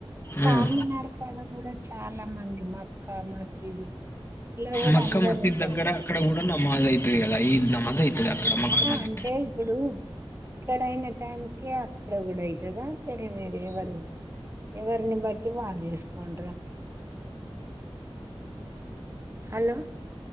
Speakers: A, on the left (about 25°); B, on the right (about 25°).
A: హ్మ్.
B: చార్మినార్ కాడ కూడా చాలా మంది మక్కా మసీదు ఇలా కూడా
A: మక్క
B: అందరు
A: మసీద్
B: ఉంటరు
A: దగ్గర
B: కదా
A: అక్కడ కూడా నమాజ్ అయితది కదా! ఈద్ నమాజ్ అయితది అక్కడ మక్క
B: ఆహా
A: మసీద్.
B: అంటే ఇప్పుడు ఇక్కడయిన టైంకే అక్కడ కూడా అయితద వేరే వేరే ఎవరి ఎవరు ని బట్టి వాళ్ళు చేసుకుంటరా హలో